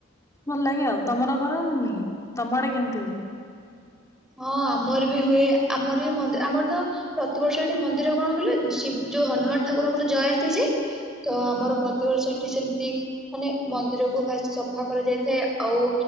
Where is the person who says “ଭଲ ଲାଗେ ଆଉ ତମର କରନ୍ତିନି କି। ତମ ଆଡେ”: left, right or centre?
Left